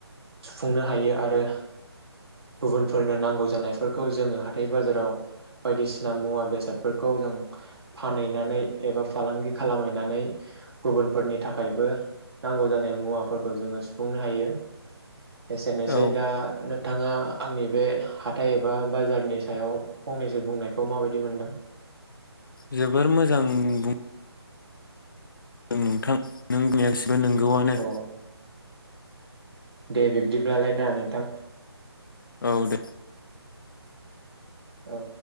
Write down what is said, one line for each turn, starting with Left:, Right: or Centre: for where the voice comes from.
Right: सुफुंनो हायो आरो गुबुनफोरनो नांगौ जानायफोरखौ जोङो हाथाय बाजाराव बायदिसिना मुवा बेसादफोरखौ जों फानहैनानै एबा फालांगि खालामहैनानै गुबुनफोरनि थाखायबो नांगौ जानाय मुवाफोरखौ जोङो सुफुंनो हायो। एसेनोसै
Left: औ
Right: दा नोंथाङा आंनि बे हाथाइ एबा बाजारनि सायाव फंनैसो बुंनायखौ माबायदि मोनदों
Left: जोबोर मोजां बुं नोंथां <unintelligible> बो नोंगौ आनो
Right: अ दे बिब्दिब्लालाय ना नोंथां
Left: औ दे
Right: औ